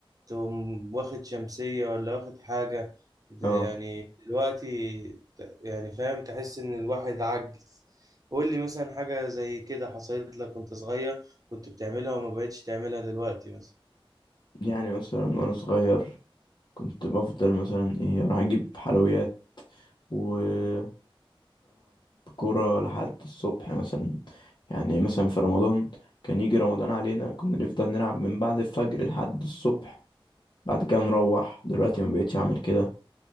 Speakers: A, on the right (about 40°); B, on the left (about 55°).
A: تقوم واخد شمسية ولا واخد حاجة ده
B: اه
A: يعني دلوقتي ت- يعني فاهم تحس ان الواحد عجز قول لي مثلا حاجة زي كده حصلت لك وانت صغير كنت بتعملها وما بقتش تعملها دلوقتي مثلا
B: يعني مثلا وانا صغير كنت بفضل مثلا ايه اروح اجيب حلويات والعب كورة لحد الصبح مثلا يعني مثلا في رمضان كان يجي رمضان علينا كنا نفضل نلعب من بعد الفجر لحد الصبح بعد كده نروح دلوقتي ما بقتش اعمل كده